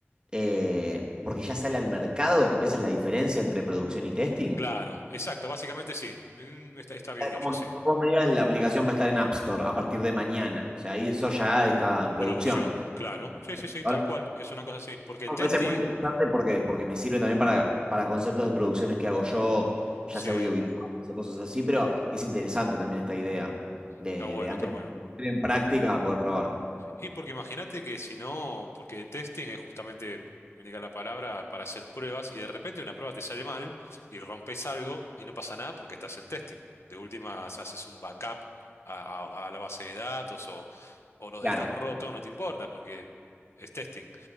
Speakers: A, on the right (about 20°); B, on the left (about 75°).
A: Eh, porque ya sale al mercado. ¿Esa es la diferencia entre producción y testing?
B: Claro, exacto, básicamente sí. Mm, Está, está bien
A: sea,
B: dicho,
A: como que
B: sí.
A: cuando vos me digas, la aplicación va a estar en App Store a partir de mañana. O sea, ahí eso ya está en producción.
B: Producción, claro.
A: Perfecto.
B: Sí, sí, sí,
A: Ahora,
B: tal cual. Es una cosa así. Porque en
A: me
B: testing,
A: parece muy interesante porque, porque me sirve también para, para conceptos de producciones que hago yo, ya
B: sí,
A: sea audiovisuales o cosas así, pero es interesante también esta idea de,
B: está bueno,
A: de antes
B: está bueno.
A: de poner en práctica poder probar.
B: Y porque imagínate que si no, porque testing es justamente, me diga la palabra, para hacer pruebas y de repente una prueba te sale mal y rompes algo y no pasa nada porque estás en testing. De últimas haces un backup a, a- a la base de datos o, o lo dejas
A: Claro.
B: roto, no te importa porque es testing.